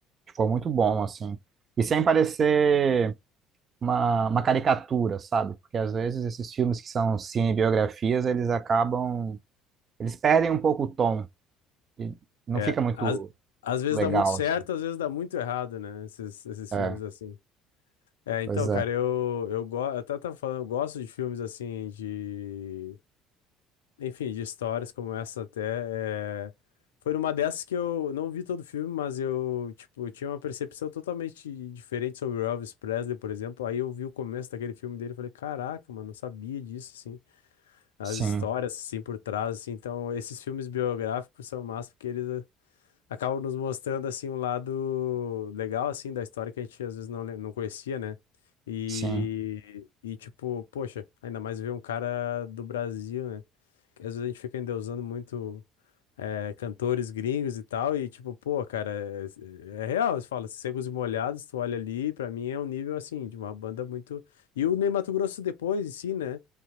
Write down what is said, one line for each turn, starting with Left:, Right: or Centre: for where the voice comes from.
Right: ficou muito bom, assim. E sem parecer uma, uma caricatura, sabe? Porque às vezes esses filmes que são cinebiografias, eles acabam... Eles perdem um pouco o tom e não
Left: É,
Right: fica muito
Left: às, às vezes
Right: legal,
Left: dá muito certo,
Right: assim.
Left: às vezes dá muito errado, né? Esses, esses
Right: É,
Left: filmes assim. É, então,
Right: pois
Left: cara,
Right: é.
Left: eu, eu, go... eu até tava falando, eu gosto de filmes assim, de. Enfim, de histórias como essa até. é, Foi numa dessas que eu não vi todo o filme, mas eu, tipo, tinha uma percepção totalmente diferente sobre o Elvis Presley, por exemplo. Aí eu vi o começo daquele filme dele e falei, caraca, mano, não sabia disso, assim. As
Right: Sim,
Left: histórias, assim, por trás, assim. Então, esses filmes biográficos são massa porque eles acabam nos mostrando assim um lado legal assim da história que a gente às vezes não, le- não conhecia, né? E,
Right: sim,
Left: e tipo, poxa, ainda mais ver um cara do Brasil, né? Que às vezes a gente fica endeusando muito eh, cantores gringos e tal, e tipo, pô, cara, é, é real, você fala, Secos e Molhados, tu olha ali, pra mim é um nível assim, de uma banda muito. E o Ney Matogrosso depois em si, né?